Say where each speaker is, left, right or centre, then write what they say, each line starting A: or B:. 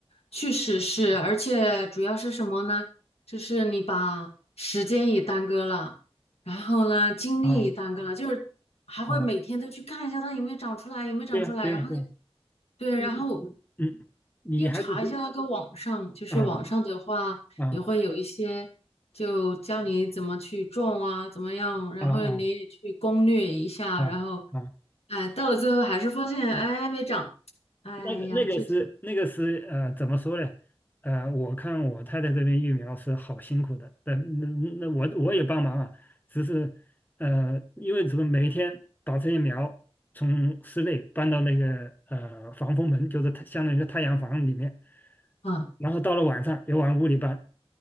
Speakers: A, on the left; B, on the left.
A: 确实是，而且主要是什么呢？就是你把时间也耽搁了，然后呢，精力也耽搁了，
B: 啊
A: 就是还会每天都去看一下它有没有长出来，
B: 啊，
A: 有没有长出来，
B: 对呀、对呀、
A: 然后
B: 对呀、
A: 对，
B: 你你嗯，
A: 然后
B: 你还是
A: 又查一下那个网上，就是网上的话也会有一些，
B: 啊啊
A: 就教你怎么去种啊，怎么样，然后你也去攻略一下，
B: 啊啊啊啊，
A: 然后，哎，到了最后还是发现，哎，没长，哎呀，
B: 那个那个是那个是呃，
A: 就挺
B: 怎么说呢？呃，我看我太太这边育苗是好辛苦的，但那那我我也帮忙啊，只是呃，因为怎么每一天把这些苗从室内搬到那个呃防风门，就是太相当于一个太阳房里面，
A: 啊
B: 然后到了晚上又往屋里搬，